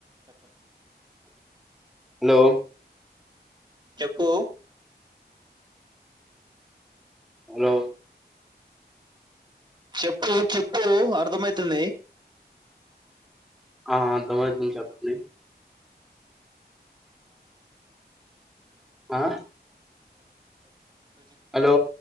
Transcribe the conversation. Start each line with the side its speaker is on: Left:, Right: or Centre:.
Right: చెప్పండి
Centre: హలో
Right: చెప్పు
Centre: హలో
Right: చెప్పు చెప్పు అర్ధమవుతుంది
Centre: ఆ అర్ధమవుతుంది చెప్పండి
Right: ఆ అంటే
Centre: ఆ
Right: ఇప్పుడు ప్రజెంట్
Centre: హలో